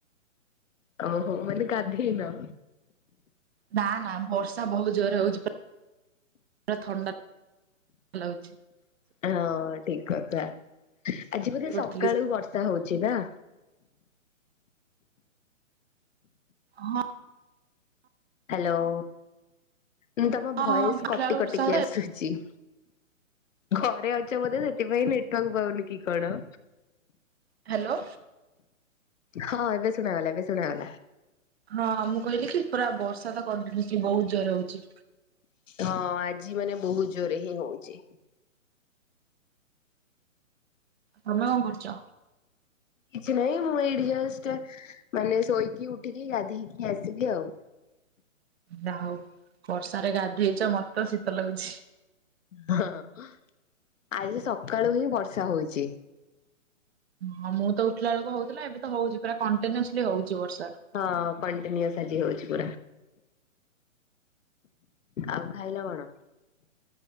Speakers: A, on the left; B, on the right.
A: ଓହୋ ମାନେ ଗାଧେଇନ?
B: ନାଁ ନା ବର୍ଷା ବହୁତ ଜୋରେ ହଉଛି, ପୁରା ଥଣ୍ଡା ଲାଗୁଛି।
A: ହଁ ଠିକ୍ କଥା, ଆଜି ବୋଧେ
B: ପଡିଥିଲି
A: ସକାଳୁ ବର୍ଷା୍ ହର୍ଷା ହଉଛି ନା?
B: ହଁ
A: ହ୍ୟାଲୋ, ମୁଁ ତମ
B: ହଁ
A: ଭଏସ୍
B: ଦେଖିଲା
A: କଟି
B: ବେଳକୁ ବର୍ଷା
A: କଟିକି
B: ହଉଥାଏ
A: ଆସୁଛି। ଘରେ ଅଛ ବୋଧେ ସେଥିପାଇଁ ନେଟୱାର୍କ ପାଉନି କି କଣ?
B: ହ୍ୟାଲୋ।
A: ହଁ ଏବେ ଶୁଣାଗଲା ଏବେ ଶୁଣାଗଲା।
B: ହଁ ମୁଁ କହିଲି କି ପୁରା ବର୍ଷା ତ କଣ୍ଟ୍ୟୁନିସ୍ଲି ବହୁତ ଜରେ ହଉଛି।
A: ହଁ ଆଜି ମାନେ ବହୁତ ଜୋରେ ହିଁ ହଉଛି।
B: ତମେ କଣ କରୁଛ?
A: କିଛି ନାହିଁ ମୁଁ ଏଇଠି ଜଷ୍ଟ ମାନେ ଶୋଇକି ଉଠିକି ଗାଧେଇକି ଆସିଲି ଆଉ।
B: ଯାହଉ ବର୍ଷାରେ ଗାଧେଇଛ ମତେ ତ ଶୀତ ଲାଗୁଛି।
A: ହଁ, ହଁ ଆଜି ସକାଳୁ ହିଁ ବର୍ଷା ହଉଛି।
B: ହଁ ମୁଁ ତ ଉଠିଲା ବେଳକୁ ହଉଥିଲା ଏବେ ତ ହଉଛି ପୁରା କଣ୍ଟିନ୍ୟୁସଲି ହଉଛି ବର୍ଷା।
A: ହଁ କଣ୍ଟିନ୍ୟୁସ୍ ଆଜି ହଉଛି ପୁରା। ଆଉ ଖାଇଲ କଣ?